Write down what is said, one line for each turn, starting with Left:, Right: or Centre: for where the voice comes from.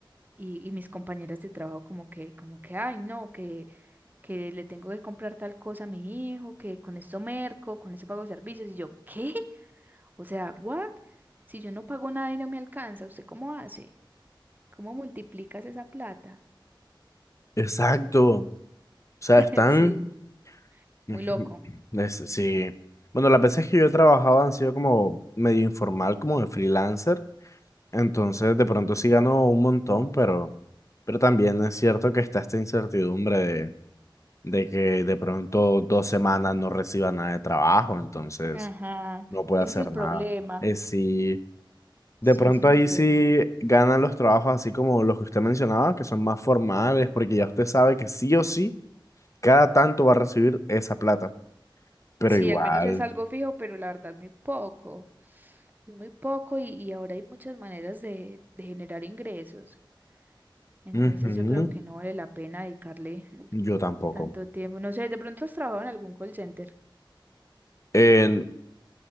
Right: Y, y mis compañeras de trabajo como que, como que, ay, no, que, que le tengo que comprar tal cosa a mi hijo, que con esto merco, con esto pago servicios. Y yo, ¿qué? O sea, ¿what? Si yo no pago nada y no me alcanza, ¿usted cómo hace? ¿Cómo multiplicas esa plata?
Left: Exacto. O sea,
Right: <laughs>
Left: están...
Right: Sí.
Left: <laughs>
Right: Muy loco.
Left: Ujú, es- sí. Bueno, las veces que yo he trabajado han sido como medio informal, como de freelancer. Entonces, de pronto sí ganó un montón, pero, pero también es cierto que está esta incertidumbre de, de que de pronto dos semanas no reciba nada de trabajo, entonces
Right: Ajá,
Left: no puede
Right: ese
Left: hacer
Right: es el problema.
Left: nada. Eh, sí, de
Right: Sí,
Left: pronto
Right: ese
Left: ahí
Right: es el problema.
Left: sí ganan los trabajos así como los que usted mencionaba, que son más formales, porque ya usted sabe que sí o sí, cada tanto va a recibir esa plata, pero
Right: Sí,
Left: igual,
Right: al menos es algo fijo, pero la verdad es muy poco. Es muy poco y, y ahora hay muchas maneras de, de generar ingresos. Entonces
Left: ujú,
Right: yo creo que no vale la pena dedicarle
Left: yo tampoco.
Right: tanto tiempo. No sé, de pronto has trabajado en algún call center.
Left: Eh,